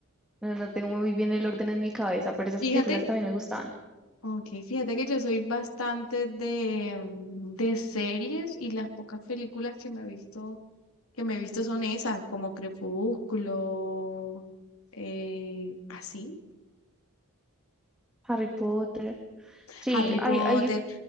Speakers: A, in the centre; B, on the left.
A: No, no tengo muy bien el orden en mi cabeza, pero esas
B: Fíjate,
A: películas también me gustaban.
B: ok, fíjate que yo soy bastante de, mm, de series y las pocas películas que me he visto, que me he visto son esas, como Crepúsculo, eh, así,
A: Harry Potter. Sí,
B: Harry Potter.
A: hay, hay,